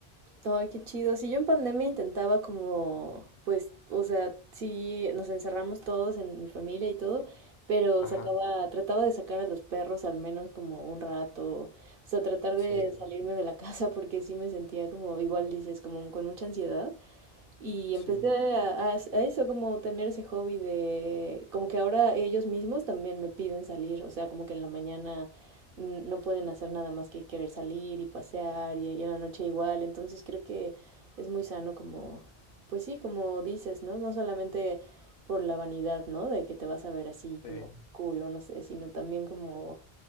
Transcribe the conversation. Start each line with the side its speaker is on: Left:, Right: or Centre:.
Right: Ay, qué chido. Si yo en pandemia intentaba como, pues, o sea, sí, nos encerramos todos en mi familia y todo, pero
Left: Ajá,
Right: sacaba, trataba de sacar a los perros al menos como un rato, o sea, tratar de
Left: sí,
Right: salirme de la <laughs> casa porque sí me sentía como, igual dices, como con mucha ansiedad. Y
Left: sí.
Right: empecé a, a- a eso, como tener ese hobby de, como que ahora ellos mismos también me piden salir, o sea, como que en la mañana mm, no pueden hacer nada más que querer salir y pasear y, y en la noche igual, entonces creo que es muy sano como, pues sí, como dices, ¿no? No solamente por la vanidad, ¿no? De que te vas a ver así
Left: Sí,
Right: como cool o no sé, sino también como,